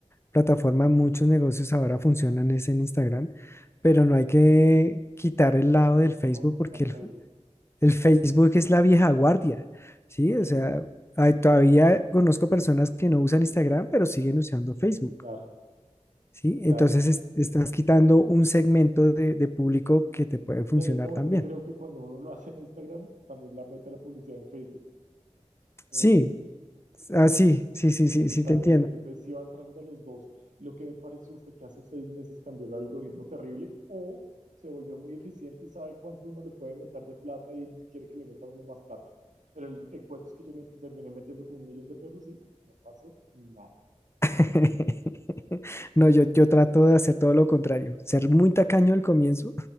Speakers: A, on the left; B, on the right.
A: plataforma, muchos negocios ahora funcionan es en Instagram, pero no hay que quitar el lado del Facebook
B: a dónde
A: porque
B: al
A: el,
B: Facebook,
A: f- el Facebook
B: claro.
A: es la vieja guardia, ¿sí?
B: Sí.
A: O sea, hay- todavía conozco personas que no usan Instagram, pero siguen usando Facebook,
B: Claro,
A: ¿sí?
B: claro.
A: Entonces es- estás quitando un segmento de de público que te puede funcionar
B: Pero no,
A: también.
B: es que creo que cuando uno lo hace en Instagram, también la mete la publicidad en Facebook. ¿sí
A: Sí,
B: ¿Me entiendes?
A: Ah, sí, sí, sí,
B: Necesariamente.
A: sí, sí, te entiendo.
B: Entonces sí va entrando los dos. Lo que me pareció fue que hace seis meses cambió el algoritmo terrible o se volvió muy eficiente y sabe cuánto uno le puede meter de plata y quiere que le meta uno más plata. Pero el, el cuento es que yo le terminé metiendo con un millón de pesos y no pasó nada.
A: <laughs> No, yo, yo trato de hacer todo lo contrario, ser muy tacaño al comienzo,